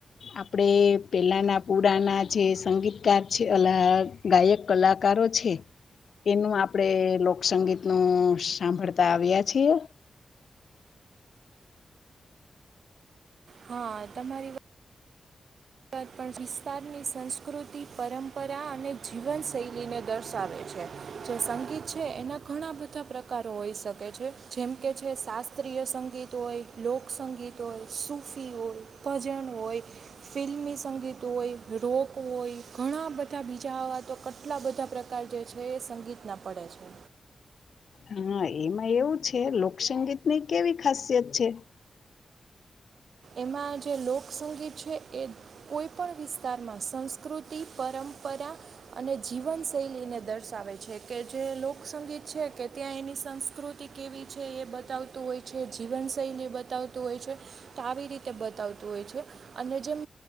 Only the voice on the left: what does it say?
આપણેે પેલાના પુરાના જે સંગીતકાર છે ગાયક કલાકારો છે તેનું આપણેે લોકસંગીત નું સાંભળતા આવ્યા છીએ
હા એમાં એવું છે લોકસંગીત ની કેવી ખાસિયત છે